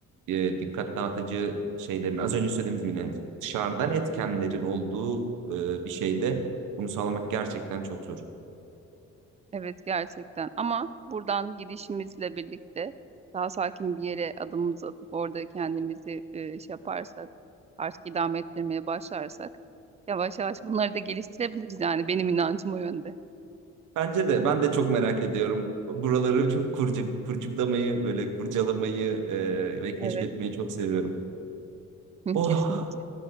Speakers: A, on the right; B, on the right.
A: e, dikkat dağıtıcı şeylerin az önce söylediğimiz gibi yani dışarıdan etkenlerin olduğu e, bir şeyde bunu sağlamak gerçekten çok zor.
B: Evet gerçekten ama buradan gidişimizle birlikte daha sakin bir yere adımımızı atıp orada kendimizi e, şey yaparsak artık idame ettirmeye başlarsak yavaş yavaş bunları da geliştirebiliriz yani benim inancım o yönde.
A: Bence de ben de çok merak ediyorum. Buraları çok kurcuk, kurcuklamayı böyle kurcalamayı e, ve keşfetmeyi
B: Evet
A: çok seviyorum.
B: <laughs>
A: Oh,
B: kesinlikle